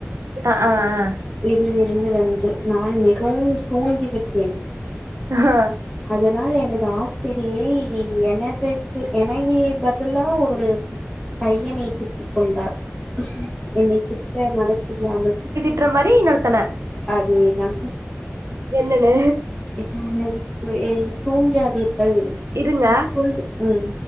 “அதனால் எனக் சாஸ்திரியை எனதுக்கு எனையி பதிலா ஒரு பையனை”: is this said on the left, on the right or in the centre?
Centre